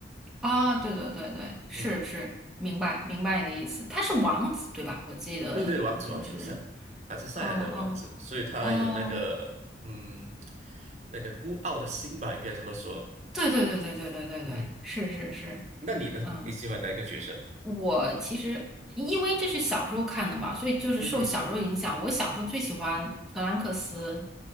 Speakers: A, in the centre; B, on the right.
A: 啊，对对对对，是是，
B: 嗯，
A: 明白明白你的意思。他是王子对吧？我记得就是，
B: 对对，王子王子赛，他是赛亚人王子，
A: 哦哦
B: 所以他有那个嗯，
A: 哦，
B: 那个孤傲的心吧，应该这么说。
A: 对对对对对对对对，
B: 嗯，
A: 是是是，
B: 那你呢？
A: 嗯。
B: 你喜欢哪一个角色？
A: 我其实因为这是小时候看的嘛，所以就是受小时候影响。
B: 嗯哼，
A: 我小时候最喜欢格兰克斯，